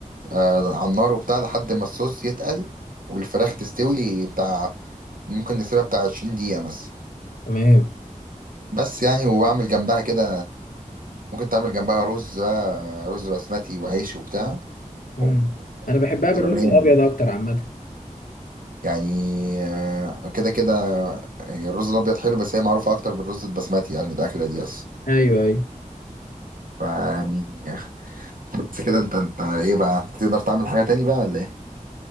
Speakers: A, on the right; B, on the left.
A: آه، على النار وبتاع لحد ما الصوص يتقل والفراخ تستوي بتاع ممكن نسيبها بتاع 20 دقيقة مثلا
B: تمام
A: بس يعني وبعمل جنبها كده ممكن تعمل جنبها رز بقى رز بسمتي وعيش وبتاع
B: امم
A: ويعني
B: انا بحبها بالرز
A: تبقى مين
B: الابيض اكتر عامة
A: يعني آه، كده كده هي الرز الابيض حلو بس هي معروفه اكتر بالرز البسمتي يعني الاكله دي اصلا
B: ايوه ايوه
A: فيعني <laughs> بس كده انت انت ايه بقى انت تقدر تعمل حاجه تاني بقى ولا ايه؟